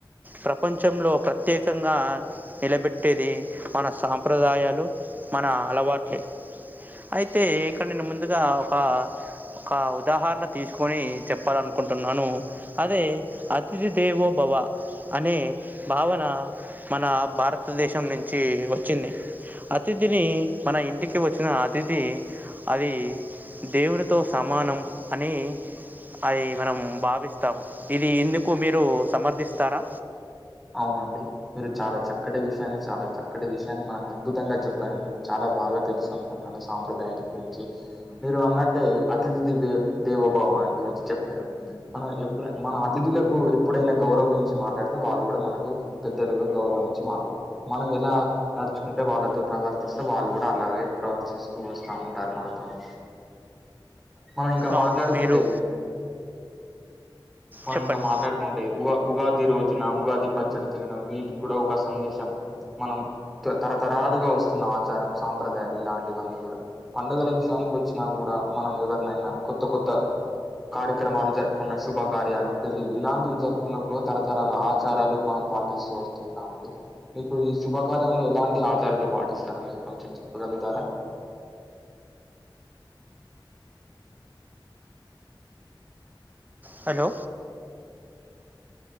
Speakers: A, on the right; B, in the centre.
A: ప్రపంచంలో ప్రత్యేకంగా నిలబెట్టేది మన సాంప్రదాయాలు మన అలవాట్లే అయితే ఇక్కడ్ నేను ముందుగా ఒకా ఒక ఉదాహరణ తీస్కొని చెప్పాలనుకుంటున్నాను. అదే అతిథి దేవో భవ అనే భావన మన భారతదేశం నుం చి వచ్చింది. అతిథిని మన ఇంటికి వచ్చిన అతిథి అది దేవునితో సమానం అనీ అని మనం భావిస్తాము. ఇది ఇందుకు మీరు సమర్థిస్తారా?
B: అవునండి మీరు చాలా చక్కటి విషయాన్ని చాలా చక్కటి విషయాన్ని మాకు అద్భుతంగా చెప్పారండి మీరు చాలా బాగా తెలుసు అనుకుంటాను సాంప్రదాయాల గురించి మీరు అన్నట్టే అతిథి దేబే దేవభవ గురించి చెప్పారు. మన ఎప్పు మన అతిథులకు ఎప్పుడైనా గౌరవించి మాట్లాడితే వాళ్ గుడ మనకు పెద్దలుగా గౌరవించి మాట్లాడతారు. మనం ఎలా నడుచుకుంటే వాళ్ళతో ప్రవర్తిస్తే వా వాళ్ళు గుడా అలాగే ప్రవర్తిస్తూ వస్తా ఉంటారు మనతోని మనం ఇంకా
A: అవును
B: మాట్లాడుకుంటే
A: మీరు
B: మనం
A: చెప్పండి
B: ఇంకా మాట్లాడుకుంటే ఉగా ఉగాది రోజున ఉగాది ప పచ్చడి తినడం వీటిక్ గుడా ఒక సందేశం మనం తరతరాలుగా వస్తున్న ఆచారం, సాంప్రదాయాలు ఇలాంటివన్నీ గుడ పండుగల విషయా నిక్ వచ్చినా గూడా మనం ఎవరినైనా కొత్త కొత్త కార్యక్రమాలు జరుపుకున్న శుభ కార్యాలు, పెళ్ళిళ్లు ఇలాంటివి జరుపుకున్నప్పుడు తరతరాల ఆచారాలు మనం పాటిస్తూ వస్తూ ఉంటాం అండి. మీకు ఈ శుభకార్యంలో ఎలాంటి ఆచారాలు పాటిస్తారో మీరు కొంచం చెప్పగలుగుతారా?
A: హలో!